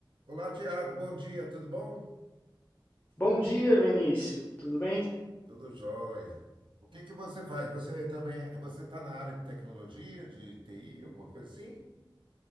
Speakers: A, on the right; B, on the left.
A: Olá, Tiago. Bom dia, tudo bom?
B: Bom dia, Vinícius. Tudo bem?
A: Tudo jóia. O que que você faz? Você também, é- você está na área de tecnologia, de TI, alguma coisa assim?